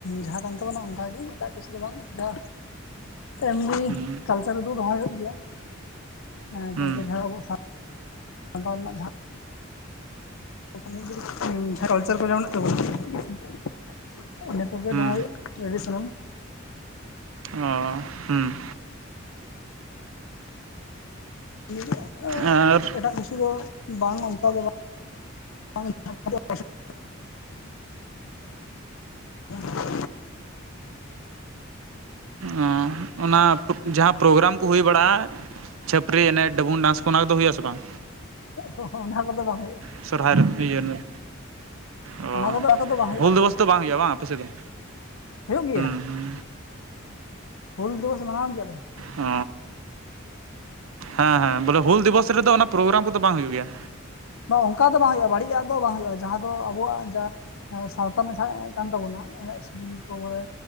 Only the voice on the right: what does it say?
ᱦᱩᱸ
ᱦᱩᱸ
ᱦᱩᱸ
ᱚᱸ ᱦᱩᱸ᱾
ᱟᱨ
ᱚ ᱚᱱᱟ ᱡᱟᱦᱟ ᱯᱨᱳᱜᱨᱟᱢ ᱠᱚ ᱦᱩᱭ ᱵᱟᱲᱟᱜ-ᱟ᱾ ᱪᱷᱟᱹᱯᱨᱤ ᱮᱱᱮᱡ ᱰᱟᱹᱵᱩᱝ ᱰᱟᱱᱥ ᱠᱚ ᱚᱱᱟ ᱠᱚᱫᱚ ᱦᱳᱭᱳᱜ-ᱟ᱾ ᱥᱮ ᱵᱟᱝ
ᱥᱚᱦᱨᱟᱭ ᱨᱮ ᱯᱤᱭᱮᱱᱮ ᱚ
ᱦᱩᱞ ᱫᱤᱵᱚᱥ
ᱫᱚ ᱵᱟᱝ ᱦᱳᱭᱳᱜ-ᱟ᱾ ᱵᱟᱝ ᱟᱯᱮ ᱥᱮᱫ ᱫᱚ
ᱦᱩᱸ ᱦᱩᱸ
ᱚ ᱦᱮᱸ ᱦᱮᱸ ᱵᱚᱞᱮ ᱦᱩᱞ ᱫᱤᱵᱚᱥ ᱨᱮᱫᱚ ᱚᱱᱟ ᱯᱨᱳᱜᱨᱟᱢ ᱠᱚᱫᱚ ᱵᱟᱝ ᱦᱩᱭᱩᱜ ᱜᱮᱭᱟ᱾